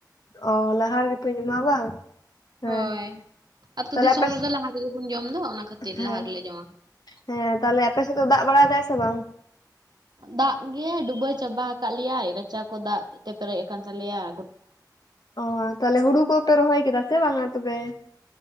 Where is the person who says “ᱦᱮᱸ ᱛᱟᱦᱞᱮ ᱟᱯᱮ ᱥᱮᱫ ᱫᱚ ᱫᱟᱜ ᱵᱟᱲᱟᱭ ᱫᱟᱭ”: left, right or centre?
Left